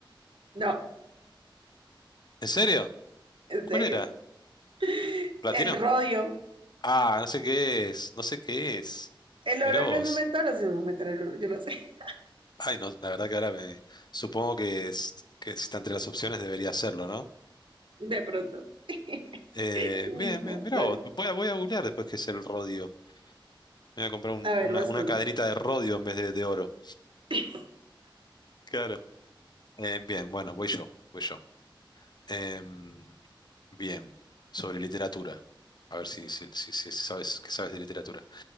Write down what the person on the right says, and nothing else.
No,
en
serio.
<laughs>
El rodio.
El oro
no es un metal, o sí es un metal el oro, yo lo sé.
De pronto.
<laughs> Listo,
dale.
A ver,
vas
tú.
<laughs>